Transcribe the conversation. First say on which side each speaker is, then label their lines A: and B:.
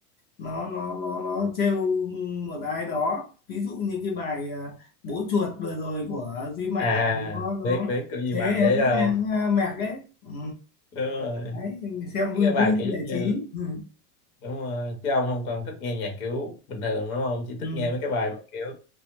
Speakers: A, on the left; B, on the left.
A: nó nó nó nó trêu một ai đó ví dụ như cái bài à, bố chuột vừa rồi của Duy Mạnh
B: à
A: nó nó
B: biết biết cái gì
A: chế
B: mà
A: hãng,
B: để ờ,
A: hãng à, mẹc ấy ừ.
B: đúng rồi
A: đấy xem
B: cái
A: vui vui
B: bài kiểu
A: giải
B: như
A: trí ừ.
B: đúng rồi chứ ông không còn thích nghe nhạc kiểu bình thường đúng không chỉ
A: Ừ.
B: thích nghe mấy cái bài mà kiểu